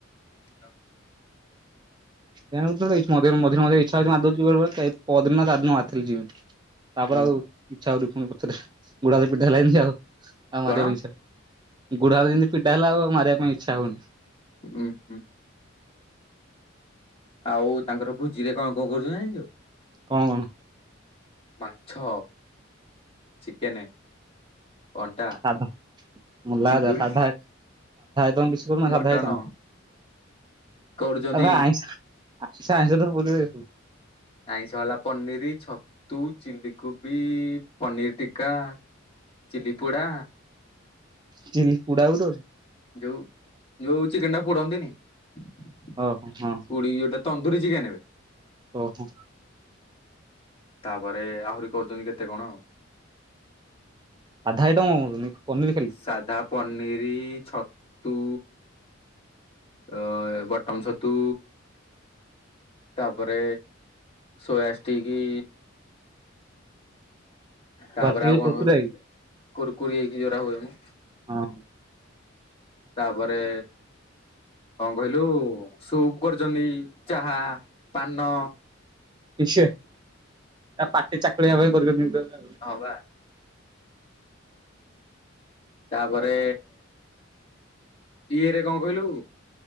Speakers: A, on the left; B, on the right.
A: ବିକି ଯାଉ।
B: ରେରେରେ ଇ୍ଛା ହଉଛି ଆ ପଦ୍ମନାଥ ଆଦମି <unintelligible> ତାପରେ
A: ହୁଁ
B: ଆଉ ଇଚ୍ଛା ହଉଛି ପୁଣି ପଛରେ ଗୋଡ଼ ହାତ ପିଠା ହେଲା ଯେମିତି ଆଉ। ଆଉ
A: କଣ
B: ମାରିବା ପାଇଁ ଇଚ୍ଛା ହଉନି ଗୋଡ଼ ହାତ ଯିନ୍ତି ପୀଡ଼ା ହେଲା ଆଉ ମାରିବା ପାଇଁ ଇଚ୍ଛା ହଉନି।
A: ହଁ ହଁ। ଆଉ ତାଙ୍କର ଭୋଜି ରେ କଣ କଣ କରୁଛନ୍ତି ଜାଣିଛୁ?
B: କଣ କଣ?
A: ମାଛ, ଚିକେନ। ଅଣ୍ଡା
B: ସାଧା ମୁଲାୟ
A: ଚିଙ୍ଗୁଡି
B: ସାଧା ସାଧା ତ କିଛି ସାଧା
A: ମଟନ
B: ଆଇଟମ
A: କରୁଛନ୍ତି
B: ଆରେ ଆଇଁଷ ଆଚ୍ଛା ଆଇଁଷ ତ କରିବେ
A: ଆଇଁଷ ହେଲା ପନିରି, ଛତୁ, ଚିଲିକୋବି, ପନିର ଟିକା। ଚିଲି ପୋଡ଼ା।
B: ଚିଲି ପୋଡ଼ା ଗୋଟେ ଅଛି?
A: ଯୋଉ ଯୋଉ ଚିକେନଟା ପୋଡ଼ନ୍ତିନି ପୁଡ଼ି
B: ଓହୋ ହଁ
A: ଯଉଟା ତନ୍ଦୁୁରୀ ଚିକେନବେ।
B: ଓହୋ।
A: ତାପରେ ଆହୁରି କରୁଛନ୍ତି କେତେ କଣ ଆଉ।
B: ସାଧା ଆଇଟମ୍ ଆମର ହଉନି ପନିର ଖାଲି
A: ସାଧା ପନିରି ଛତୁ। ଅ ବଟମ ଛତୁ। ତାପରେ ସୋୟା ଷ୍ଟିକି। ତାପରେ
B: ଆସିକି
A: ଆଉ
B: ଯୋଉ
A: କଣ
B: କୁରକୁରି ଆଇ
A: କୁରୁ କୁରି ହେଇକି ଯୋରା ହୁଏମୋ।
B: ହଁ
A: ତାପରେ କଣ କହିଲୁ ସୁପ୍ କରିଚନ୍ତି ଚାହା, ପାନ
B: କିସେ ଆ ପାଟି ଚାକୁଳିବା ପାଇଁ <unintelligible>
A: ହଁ ବା। ତାପରେ ଇଏରେ କଣ କହିଲୁ?